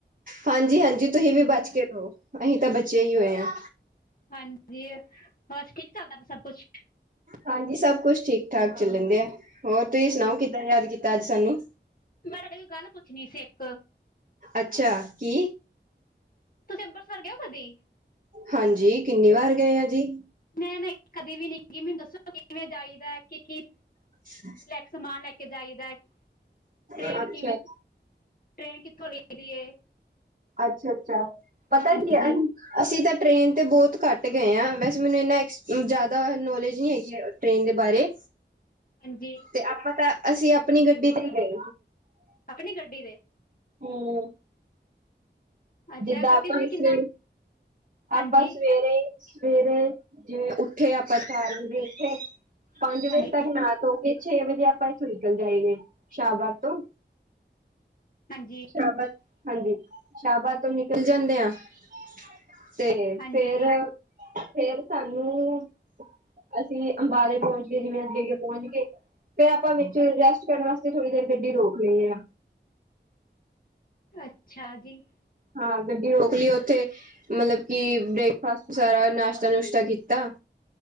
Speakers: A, on the right; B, on the left.
A: ਹਾਂਜੀ -ਹਾਂਜੀ ਤੁਸੀਂ ਵੀ ਬਚ ਕੇ ਰਹੋ, ਅਸੀਂ ਤਾਂ ਬਚੇ ਹੀ ਹੋਏ ਆ।
B: ਹਾਂਜੀ, ਹੋਰ ਠੀਕ ਚੱਲਦਾ ਪੇਆ ਸਭ ਕੁਛ।
A: ਹਾਂਜੀ ਸਭ ਕੁਛ ਠੀਕ- ਠਾਕ ਚੱਲਣ ਦੇਆ। ਹੋਰ ਤੁਸੀਂ ਸੁਣਾਓ ਕਿੱਦਾਂ ਯਾਦ ਕੀਤਾ ਅੱਜ ਸਾਨੂੰ।
B: ਮੈਂ ਤਾਡੇ ਕੋਲ ਗੱਲ ਪੁੱਛਣੀ ਸੀ ਇੱਕ
A: ਅੱਛਾ ਕੀ?
B: ਤੁਸੀਂ ਅੰਬਰਸਰ ਗਏ ਓ ਕਦੀ?
A: ਹਾਂਜੀ, ਕਿੰਨੀ ਵਾਰ ਗਏ ਆ ਜੀ।
B: ਨਹੀਂ -ਨਹੀਂ ਕਦੇ ਵੀ ਨਈ ਤੁਸੀ ਮੈਨੂੰ ਦੱਸੋ ਕਿਵੇਂ ਜਾਈਦਾ ਕਿ- ਕੀ
A: ਅੱਛਾ।
B: ਘੱਟ ਸਮਾਨ ਲੈ ਕੇ ਜਾਈਦਾ ਟ੍ਰੇਨ
A: ਅੱਛਾ
B: ਕਿਵੇਂ
A: ਜੀ।
B: ਟ੍ਰੇਨ ਕਿੱਥੋਂ ਲਈਦੀ ਏ
A: ਅੱਛਾ -ਅੱਛਾ ਪਤਾ
B: ਹਾਂਜੀ
A: ਕੀ ਆ ਅਸੀਂ ਤਾਂ ਟ੍ਰਰੇਨ ਤੇ ਬਹੁਤ ਘੱਟ ਗਏ ਆ, ਵੈਸੇ ਮੈਨੂੰ ਇੰਨਾ ਐਸ ਜ਼ਾਦਾ ਨੌਲੇਜ ਨਹੀਂ ਹੈਗੀ ਆ। ਟ੍ਰੇਨ ਦੇ ਬਾਰੇ,
B: ਹਾਂਜੀ।
A: ਤੇ ਆਪਾਂ ਤਾਂ, ਅਸੀਂ ਆਪਣੀ ਗੱਡੀ ਤੇ ਈ ਗਏ।
B: ਆਪਣੀ ਗੱਡੀ ਤੇ
A: ਹਮ
B: ਅੱਛਾ
A: ਜਿੱਦਾਂ
B: ਗੱਡੀ
A: ਆਪਾਂ
B: 'ਚ
A: ਵੀ
B: ਕਿੰਨਾ
A: ਸਵੇਰੇ,
B: ਹਾਂਜੀ
A: ਆਪਾਂ ਸਵੇਰੇ ਸਵੇਰੇ ਜਿਵੇ ਉੱਠੇ ਆ, ਆਪਾਂ ਚਾਰ ਵਜੇ ਉੱਠੇ, ਪੰਜ ਵਜੇ
B: ਹਾਂਜੀ
A: ਤੱਕ ਨਾ, ਧੋ, ਕੇ, ਛੇ ਵਜੇ ਆਪਾਂ ਇੱਥੋਂ ਨਿਕਲ ਜਾਈਏ, ਸ਼ਾਹਬਾਦ ਤੋਂ
B: ਹਾਂਜੀ।
A: ਸ਼ਾਬਾਦ ਹਾਂਜੀ, ਸ਼ਾਹਬਾਦ ਤੋਂ ਨਿਕਲ ਜਾਂਦੇ ਆ ਸਵੇਰੇ
B: ਹਾਂਜੀ
A: ਫੇਰ, ਫੇਰ ਸਾਨੂੰ ਅਸੀਂ ਅੰਬਾਲੇ ਤੋ ਅੱਗੇ, ਜਿਵੇਂ ਅੱਗੇ- ਅੱਗੇ ਪੌਚ ਗਏ। ਫੇਰ ਆਪਾਂ ਵਿੱਚ ਰੈਸਟ ਕਰਨ ਵਾਸਤੇ ਥੋੜ੍ਹੀ ਦੇਰ ਗੱਡੀ ਰੋਕ ਲੇਨੇ ਆ।
B: ਅੱਛਾ ਜੀ।
A: ਹਾਂ ਗੱਡੀ ਰੋਕ ਲਈਓ ਉੱਥੇ ਮਤਲਬ ਕਿ ਬ੍ਰੇਕਫਾਸਟ ਸਾਰਾ ਨਾਸ਼ਤਾ ਨੁਸ਼ਤਾ ਕੀਤਾ